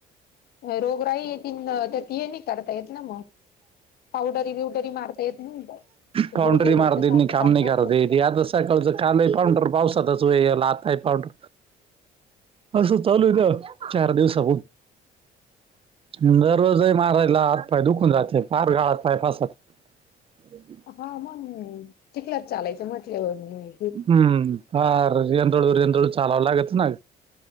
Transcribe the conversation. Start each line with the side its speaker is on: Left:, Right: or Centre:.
Left: रोगराही येतीन त्यात हे नाही करता येत ना मग पावडरी बिवडरी मारता. येत नाही
Right: पाउंडरी
Left: बुरबुरी
Right: मारता
Left: तर सारखं
Right: येथ नाही काम
Left: चालू
Right: नई
Left: राहतं.
Right: करता येती असच. सकाळचं काल आहे पाउंडर पावसातच वे याला आता आहे पावडर. असं चालू आहे ना चार दिवसा. दररोज हे मारायला हात पाय दुखून राहते फार गाळात पाय फस. <inaudible>
Left: हा मग चिखलात चालायचं म्हटल्यावर मी.
Right: ह्म्म फार यंदूळू येंदुळू चालावं लागत ना.